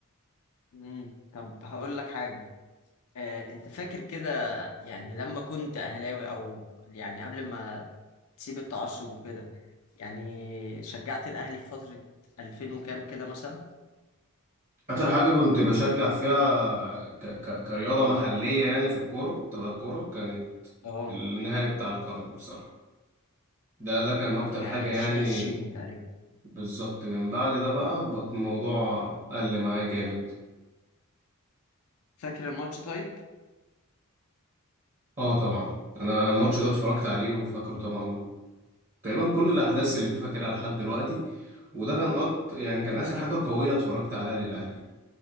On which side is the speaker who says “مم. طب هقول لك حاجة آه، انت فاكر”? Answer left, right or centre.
Left